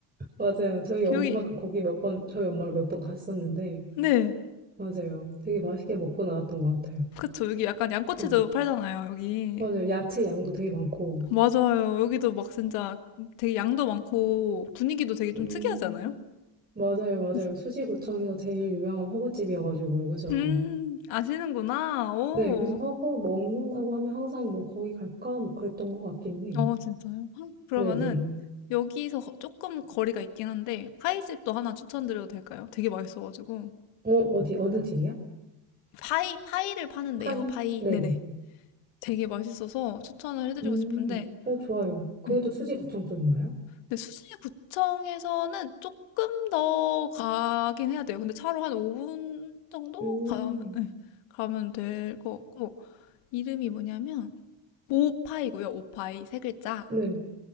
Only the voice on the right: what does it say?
맞아요. 저희 엄마가
거기 몇 번, 저희 엄마랑 몇 번 갔었는데,
맞아요. 되게 맛있게 먹고 나왔던 것 같아요.
네,
맞아요. 야채 양도 되게 많고.
음.
맞아요, 맞아요.
수지구청에서 제일 유명한 허거집이어가지고, 그죠?
네, 그래서 허거 먹는다고 하면 항상 뭐 거기 갈까? 뭐 그랬던 것 같긴 해요.
네네네.
어, 어디, 어느 집이야?
파이?
네네.
음,
어, 좋아요. 그것도
수지구청
쪽인가요?
음,
네.